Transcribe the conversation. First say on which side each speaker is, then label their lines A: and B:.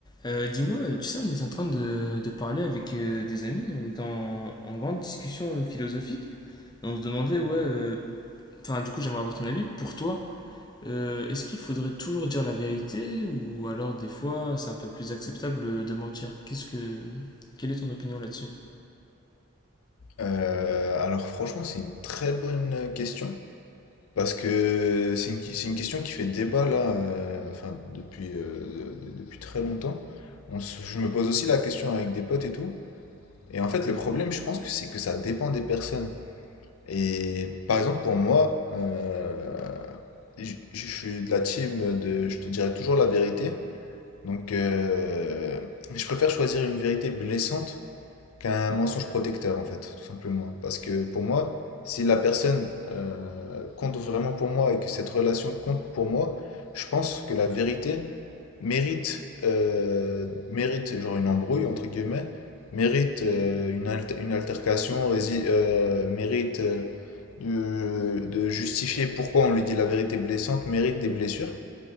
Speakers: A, on the left; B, on the left.
A: Euh, dis-moi, tu sais, on est en train de, de parler avec euh, des amis, on est en, en grande discussion euh, philosophique, et on se demandait, ouais, euh, enfin, du coup, j'aimerais avoir ton avis. Pour toi, euh, est-ce qu'il faudrait toujours dire la vérité, ou alors des fois, c'est un peu plus acceptable euh, de mentir? Qu'est-ce que, quelle est ton opinion là-dessus?
B: Euh, alors franchement, c'est une très bonne question parce que c'est une, c'est une question qui fait débat là, euh, enfin depuis euh, de- depuis très longtemps. On se- je me pose aussi la question avec des potes et tout. Et en fait, le problème, je pense que c'est que ça dépend des personnes. Et par exemple, pour moi, euh, je, je suis de la team de, je te dirai toujours la vérité. Donc, euh, je préfère choisir une vérité blessante qu'un mensonge protecteur, en fait, tout simplement. Parce que pour moi, si la personne euh, compte vraiment pour moi et que cette relation compte pour moi, je pense que la vérité mérite, euh, mérite genre une embrouille, entre guillemets, mérite euh, une, alter- une altercation, rési- euh, mérite euh, de, de justifier pourquoi on lui dit la vérité blessante, mérite des blessures.